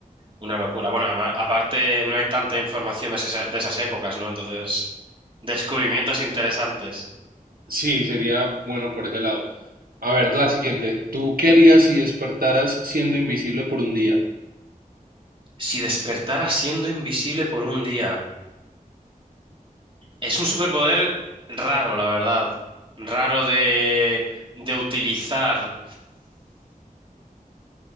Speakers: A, on the right; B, on the right.
A: una locura. Bueno, además, aparte no hay tanta información de, esa- de esas épocas, ¿no? Entonces, descubrimientos interesantes.
B: Sí, sería bueno por ese lado. A ver, la siguiente. ¿Tú qué harías si despertaras siendo invisible por un día?
A: Si despertara siendo invisible por un día, es un superpoder raro, la verdad. Raro de, de utilizar.